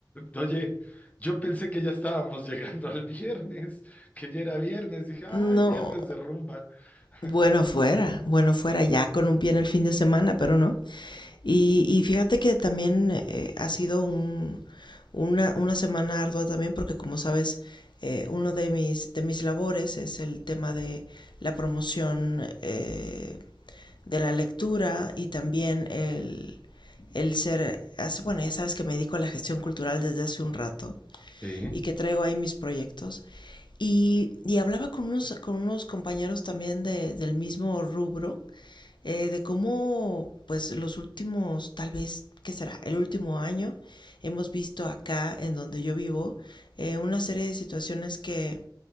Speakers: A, on the left; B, on the left.
A: Oye, yo pensé que ya estábamos llegando al viernes, que ya era viernes. Dije, ay,
B: No,
A: viernes de rumba. <laughs>
B: Bueno fuera, bueno fuera, ya con un pie en el fin de semana, pero no. Y, y fíjate que también eh, ha sido un, una, una semana ardua también porque como sabes, eh, uno de mis, de mis labores es el tema de la promoción eh, de la lectura y también el, el ser, hace, bueno, ya sabes que me dedico a la gestión cultural desde hace un rato
A: Sí,
B: y que traigo ahí mis proyectos. Y, y hablaba con unos, con unos compañeros también de, del mismo rubro, eh, de cómo, pues, los últimos, tal vez, ¿qué será? El último año, hemos visto acá, en donde yo vivo, eh, una serie de situaciones que,